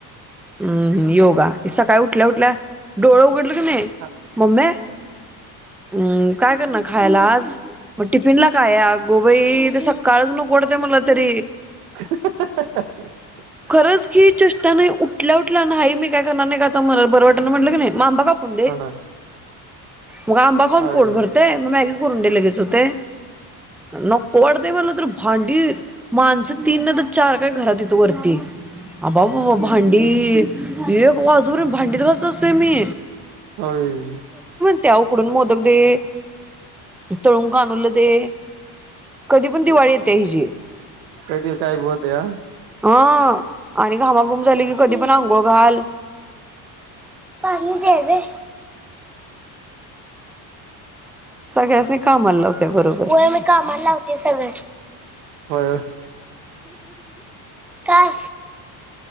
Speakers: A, in the centre; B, on the right.
A: हम्म- हम्म योगा सकाळी उठल्या- उठल्या डोळ उघडलं की नाही,
B: हा
A: मम्मी हम्म काय करणार खायला? आ पण टिफिन ला काय? आगोबाई ते सकाळचं नको वाटतं मला तरी.
B: <unintelligible>
A: खरच की चष्टा नाही उठल्या - उठल्या नाही मी काय करणार नाही का आता मला बरं वाटाना म्हटलं की नाही म आंबा काप पुंदे
B: हा
A: मग आंबा खाऊन
B: होय
A: पोट भरतंय मग मॅगी करून दे लगेच होते. नको वाटतंय मला तर भांडी माणसं तीन ना तर चार काय घराततेत वरती अबा-बा-बा भांडी एक वाजूवर भांडीच घासत असतोय मी
B: होय
A: त्या उकडून मोदक दे तळुन काणुलं दे कधी पण दिवाळी येते हिची
B: कधी काय बोलत्या
A: हा आणि घामाघूम झाले की कधी पण आंघोळ घाल पाणी देवे सगळ्यासनी कामाला लावत्या बरोबर होय मी कामाला लावतोय सगळ्यास्नी
B: होय
A: का